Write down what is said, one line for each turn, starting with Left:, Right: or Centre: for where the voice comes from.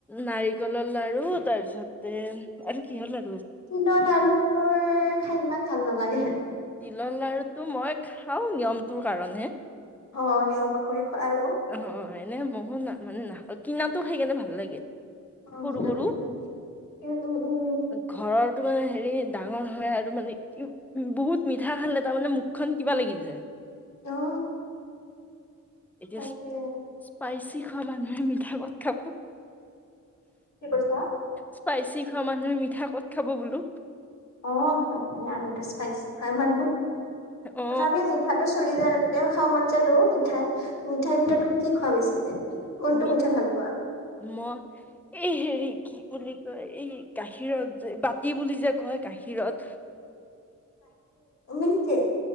Centre: নাৰিকলৰ লাৰু তাৰপিছতে আৰু কি হ'ল লা
Left: তিলৰ লাৰুটো মোৰ খাই ইমান ভাল নালাগে।
Centre: তিলৰ লাৰুটো মই খাওঁ নিয়মটোৰ কাৰণে।
Left: অ নিয়ম কৰি খোৱা আৰু
Centre: অ এনে মো ন মানে নাখাৱ কিনাটো খাই কেনে ভাল লাগে।
Left: অ
Centre: সৰু সৰু
Left: খ উ উম উম
Centre: ঘৰৰটো হেৰি ডাঙৰ হয় আৰু মানে কি বহুত মিঠা খালে তাৰমানে মুখখন কিবা লাগি যায়।
Left: অ
Centre: এতিয়া
Left: তাকে
Centre: স্পাইচি খোৱা মানুহে মিঠা কত খাব
Left: কি কৈছা।
Centre: স্পাইচি খোৱা মানুহে মিঠা ক'ত খাব বোলো।
Left: অ হয় আমো স্পাইচ হয় মান
Centre: অ
Left: তথাপি মিঠাটো। চলি যায় আৰু কেতিয়াবা খাব মন যায় আৰু মিঠাই মিঠাইৰ ভিতৰত তুমি কি খোৱা বেছিকে। কোনটো
Centre: মিট
Left: মিঠাই ভাল পোৱা
Centre: মই। এই হেৰি কি বুলি কয় এই গাখীৰত যে বাতি বুলি যে কয় গাখীৰত।
Left: মিল্ক কেক